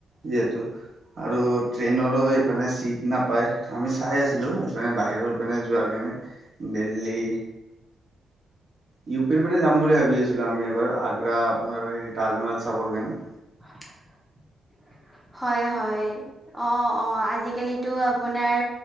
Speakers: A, on the right; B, in the centre.
A: যিহেতু। <unintelligible> আৰু ট্ৰেইনৰো সিফালে চিট নাপায় আমি চাই আছিলো সপানে বাহিৰৰ পানে যোৱাৰ কাৰণে। নে দিল্লী ইউ পিৰ পিনে যাম বুলি ভাবি আছিলোঁ আমি এবাৰ। আগ্ৰা আপোনাৰ হেৰি তাজমহল চাবৰ কাৰণে।
B: <inaudible> হয়-হয়। অ'-অ' আজিকালিতো আপোনাৰ